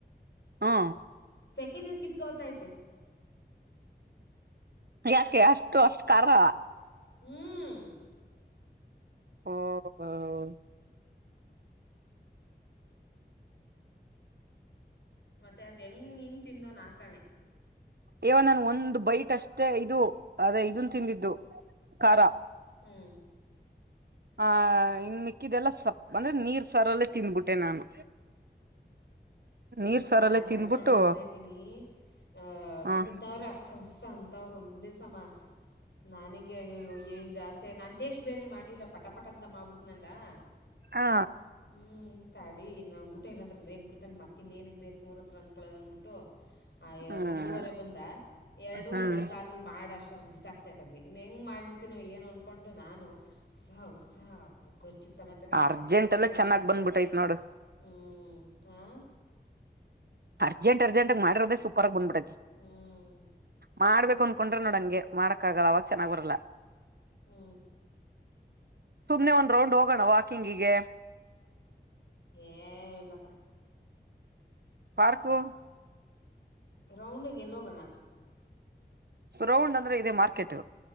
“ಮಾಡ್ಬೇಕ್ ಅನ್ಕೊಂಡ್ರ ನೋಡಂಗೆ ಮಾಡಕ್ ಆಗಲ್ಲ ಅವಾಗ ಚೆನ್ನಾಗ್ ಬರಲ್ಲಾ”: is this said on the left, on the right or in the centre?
Right